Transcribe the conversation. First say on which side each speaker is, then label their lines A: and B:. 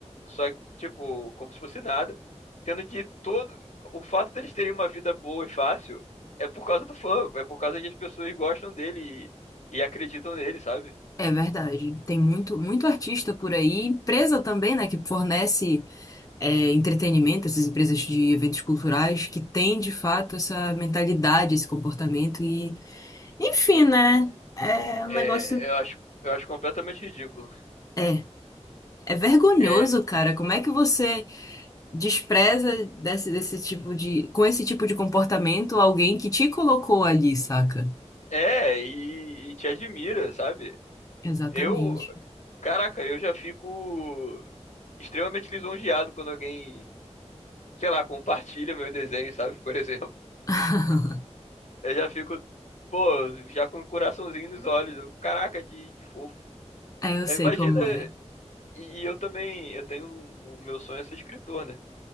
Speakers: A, on the left (about 80°); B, on the left (about 30°).
A: Só que, tipo, como se fosse nada. Sendo que todo. O fato deles terem uma vida boa e fácil é por causa do fã, é por causa que as pessoas gostam dele e, e acreditam nele, sabe?
B: É verdade. Tem muito, muito artista por aí, empresa também, né, que fornece. é, entretenimento, essas empresas de eventos culturais que têm de fato essa mentalidade, esse comportamento e, enfim, né? É
A: É,
B: um negócio.
A: eu acho, eu acho completamente ridículo.
B: É, é vergonhoso,
A: É,
B: cara. Como é que você despreza desse, desse tipo de, com esse tipo de comportamento alguém que te colocou ali, saca?
A: é e, e te admira, sabe?
B: Exatamente.
A: Eu, caraca, eu já fico extremamente lisonjeado quando alguém, sei lá, compartilha meus desenhos, sabe? Por exemplo,
B: <laughs>
A: eu já fico, pô, já com o coraçãozinho nos olhos. Eu, Caraca, que, que fofo.
B: É, eu
A: Eu
B: sei
A: imagino,
B: como
A: eh,
B: é.
A: e e eu também, eu tenho, o meu sonho é ser escritor, né?